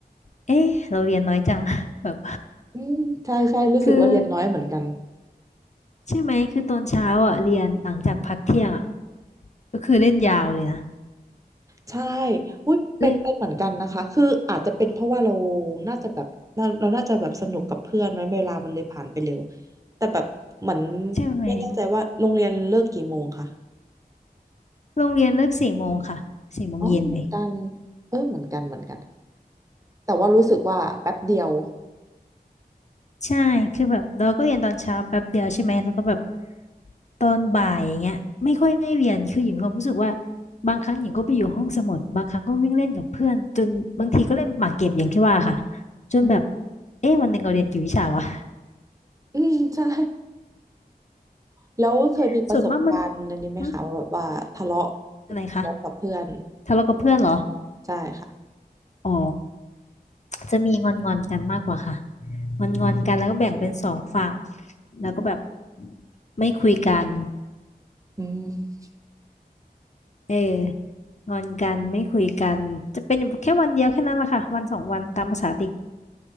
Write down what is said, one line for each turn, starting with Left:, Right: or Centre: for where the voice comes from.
Left: เอ๊ะเราเรียนน้อยจัง <laughs> แบบ
Right: อืมใช่ใช่รู้สึกว่าเรียนน้อยเหมือนกัน
Left: <laughs> คือใช่ไหมคือตอนเช้าอ่ะเรียนหลังจากพักเที่ยงอ่ะก็คือเล่นยาวเลยนะ
Right: ใช่อุ้ยเป็นเป็นเหมือนกันนะคะ
Left: เล่น
Right: คืออาจจะเป็นเพราะว่าเราน่าจะแบบน่าเราน่าจะแบบสนุกกับเพื่อนไหมเวลามันเลยผ่านไปเร็ว แต่แบบเหมือน
Left: ใช่ไหม
Right: ไม่แน่ใจว่าโรงเรียนเลิกกี่โมงค่ะ
Left: โรงเรียนเลิกสี่โมงค่ะสี่โมงเย็นเลย
Right: อ๋อเหมือนกันเออเหมือนกันเหมือนกัน แต่ว่ารู้สึกว่าแป๊บเดียว
Left: ใช่คือแบบเราก็เรียนตอนเช้าแป๊บเดียวใช่ไหมแล้วก็แบบตอนบ่ายอย่างเงี้ยไม่ค่อยได้เรียน คือหญิงมีความรู้สึกว่าบางครั้งหญิงก็ไปอยู่ห้องสมุดบางครั้งก็วิ่งเล่นกับเพื่อนจนบางทีก็เล่นหมากเก็บอย่างที่ว่าค่ะจนแบบ
Right: อืม
Left: เอ๊ะวันหนึ่งเราเรียนกี่วิชาวะ
Right: อืมใช่แล้วเคยมีประสบการณ์อันนี้ไหมคะว่าแบบว่าทะเลาะ
Left: <laughs> ส่วนมากมันหึอะไรคะ
Right: ทะเลาะกับเพื่อน
Left: ทะเลาะกับเพื่อนเหรอ
Right: ใช่ค่ะ
Left: อ๋อจะมีงอนงอนกันมากกว่าค่ะงอนงอนกันแล้วก็แบ่งเป็นสองฝั่งแล้วก็แบบไม่คุยกัน
Right: อืม
Left: เอองอนกันไม่คุยกันจะเป็นอยู่แค่วันเดียวแค่นั้นแหละค่ะวันสองวันตามภาษาเด็ก